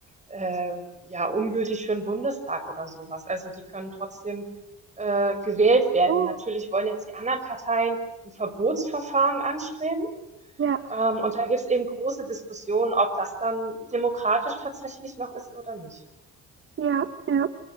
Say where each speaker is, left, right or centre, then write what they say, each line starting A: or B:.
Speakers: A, on the right; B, on the right.
A: äh, ja ungültig für den Bundestag oder sowas. Also die können trotzdem äh, gewählt werden.
B: Oh.
A: Natürlich wollen jetzt die anderen Parteien ein Verbotsverfahren anstreben.
B: Ja,
A: Ähm, und da gibt es eben große Diskussionen, ob das dann demokratisch tatsächlich noch ist oder nicht.
B: ja, ja.